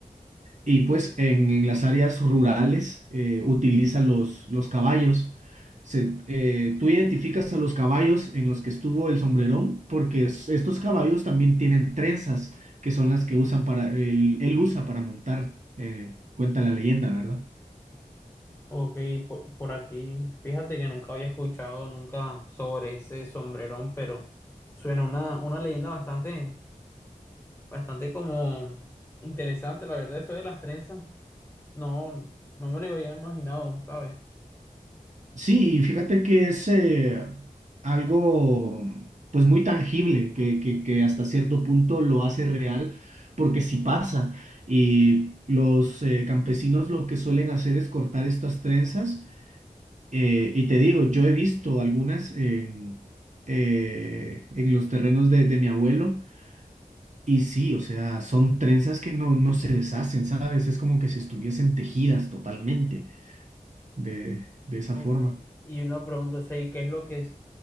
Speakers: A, on the right; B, on the left.
A: Y pues en, en las áreas rurales eh, utilizan los, los caballos. Se- eh, tú identificas a los caballos en los que estuvo el sombrerón, porque es- estos caballos también tienen trenzas, que son las que usan para, él, él usa para montar, eh, cuenta la leyenda, ¿verdad?
B: Ok, por, por aquí, fíjate que nunca había escuchado nunca sobre ese sombrerón, pero suena una, una leyenda bastante, bastante como interesante, la verdad, eso de las trenzas, no, no me lo había imaginado, ¿sabes?
A: Sí, y fíjate que es eh, algo pues muy tangible, que, que, que hasta cierto punto lo hace real, porque sí pasa. Y los eh, campesinos lo que suelen hacer es cortar estas trenzas. eh, y te digo, yo he visto algunas en, eh, en los terrenos de, de mi abuelo. Y sí, o sea, son trenzas que no, no se deshacen, ¿sabes? Es como que si estuviesen tejidas totalmente de, de esa
B: Ok.
A: forma.
B: Y una pregunta, o sea, ¿y qué es lo que